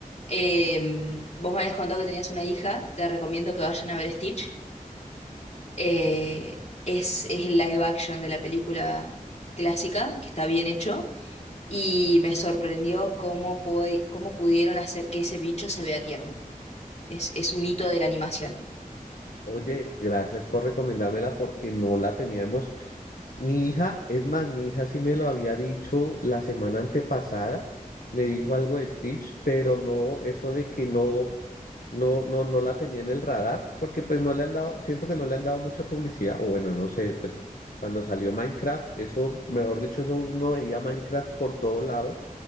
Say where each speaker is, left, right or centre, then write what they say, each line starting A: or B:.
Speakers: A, on the left; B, on the left.
A: em, vos me habías contado que tenías una hija, te recomiendo que vayan a ver Stitch Eh, es, es el live action de la película clásica, que está bien hecho, y me sorprendió cómo, pu- cómo pudieron hacer que ese bicho se vea tierno. Es, es un hito de la animación.
B: Oye, gracias por recomendármela porque no la teníamos. Mi hija, es más, mi hija sí me lo había dicho la semana antepasada, me dijo algo de Stitch, pero no, eso de que no, no, no, no la tenía en el radar, porque pues no le han dado, siento que no le han dado mucha publicidad, o bueno, no sé, pues cuando salió Minecraft, eso, mejor dicho, eso uno veía Minecraft por todo lado